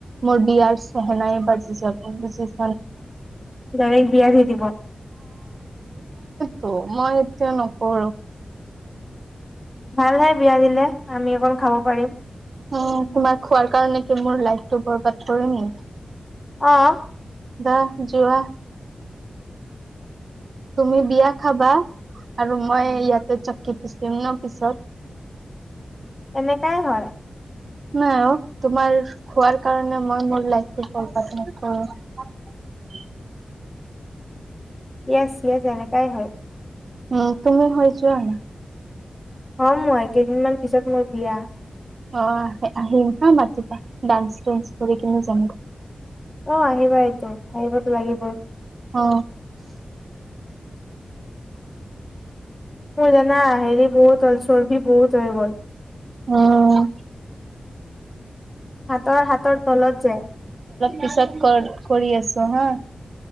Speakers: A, on the right; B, on the left.
A: মোৰ বিয়াৰ চেহেনাই বাজি যাব বুজিছ
B: ডাইৰেক্ট বিয়া দি দিব
A: ত' মই এতিয়া নকৰো
B: ভালহে বিয়া দিলে আমি অকল খাব পাৰিম
A: উম তোমাৰ খোৱাৰ কাৰণে কি মোৰ লাইফটো বৰবাদ কৰিম নেকি
B: আহ
A: দে যোৱা তুমি বিয়া খাবা আৰু মই ইয়াতে চককি পিচিম ন পিছত
B: এনেকাই হয়
A: নাই অ তোমাৰ খোৱাৰ কাৰণে মই মোৰ লাইফটো বৰবাদ নকৰো ।
B: য়াচ য়াচ এনেকাই হয়
A: উম তুমি হয় যোৱা না
B: হম মই কেইদিনমান পিছত মোৰ বিয়া
A: অ আহিম হা মাতিৱা ডান্স চাঞ্চ কৰি কিনে যাম
B: অ আহিবা এইটো আহিবতো লাগিবই
A: অ
B: মোৰ জানা হেৰি বহুত হল চৰ্বি বহুত হৈ গ'ল
A: উম
B: হাতৰ হাতৰ তলত যে
A: পিচত কল কৰি আছো হা